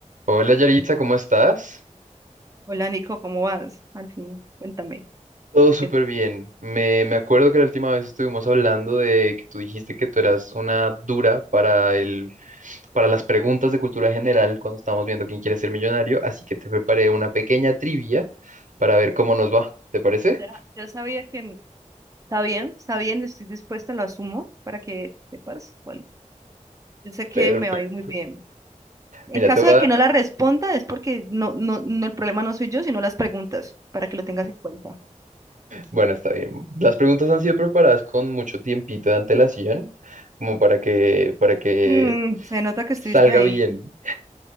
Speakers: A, on the right; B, on the right.
A: Hola Yaritza, ¿cómo estás?
B: Hola Nico, ¿cómo vas? Al fin, cuéntame.
A: Todo súper
B: ¿qué-
A: bien. Me, me acuerdo que la última vez estuvimos hablando de que tú dijiste que tú eras una dura para el, para las preguntas de cultura general cuando estábamos viendo quién quiere ser millonario, así que te preparé una pequeña trivia para ver cómo nos va. ¿Te parece?
B: Ya, ya sabía que está bien, está bien, estoy dispuesta, lo asumo para que sepas. Bueno, yo sé que
A: Perfecto.
B: me va a ir muy bien. En
A: Mira,
B: caso
A: te voy
B: de
A: a dar.
B: que no la responda, es porque no, no, no, el problema no soy yo, sino las preguntas, para que lo tengas en cuenta.
A: Bueno, está bien. Las preguntas han sido preparadas con mucho tiempito de antelación, como para que, para que
B: Mm, se nota que
A: salga
B: estuviste ahí,
A: bien.